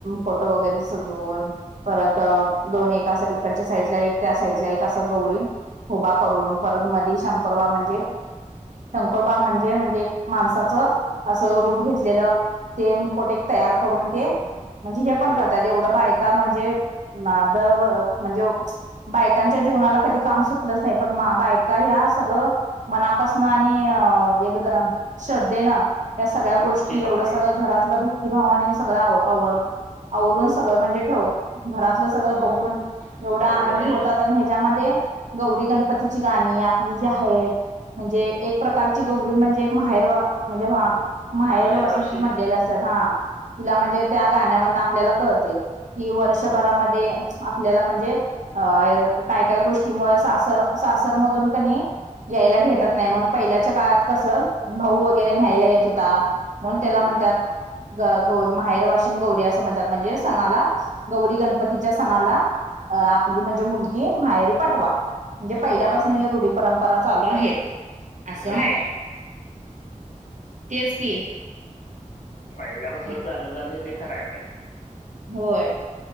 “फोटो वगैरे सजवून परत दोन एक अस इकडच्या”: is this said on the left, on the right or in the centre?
Right